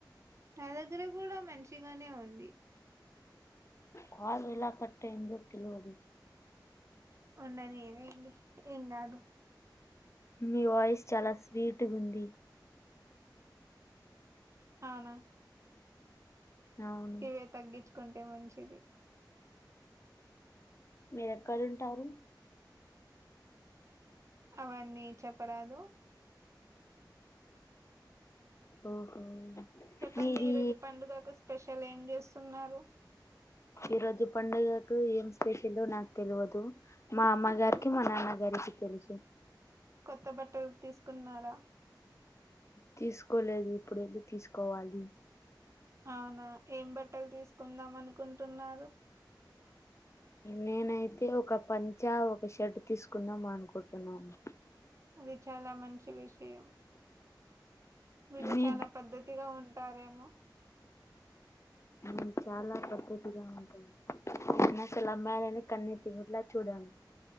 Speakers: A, on the right; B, on the left.
A: నా దగ్గర గుడా మంచిగానే ఉంది
B: కాల్ ఎలా కట్ అయిందో తెల్వదు
A: ఉండని లేండి ఏం గాదు
B: మీ వాయిస్ చాలా స్వీటుగుంది
A: హవున
B: అవును
A: ఇవే తగ్గిచ్చుకుంటే మంచిది
B: మీరెక్కడుంటారు
A: అవన్నీ చెప్పరాదు
B: ఓహో
A: చొప్పండి
B: మీది
A: ఈరోజు పండుగకు స్పెషల్ ఏం జేస్తున్నారు
B: ఈ రోజు పండుగకు ఏం స్పెషల్లో నాకు తెల్వదు మా అమ్మగారికి మా నాన్నగారికి తెలుసు
A: కొత్త బట్టలు తీసుకున్నారా
B: తీసుకోలేదు ఇప్పడెళ్ళి తీసుకోవాలి
A: అవునా ఏం బట్టలు తీసుకుందాం అనుకుంటున్నారు
B: నేనైతే ఒక పంచా ఒక షర్ట్ తీసుకుందాం అనుకుంటున్నాను
A: అవి చాలా మంచి విష్ యమ్ మీరు
B: మీ
A: చాలా పద్ధతిగా ఉంటారేమో
B: ఉ చాలా పద్ధతిగా ఉంటాను నేను అసలు అమ్మాయిలని కన్నెత్తి <unintelligible> చూడను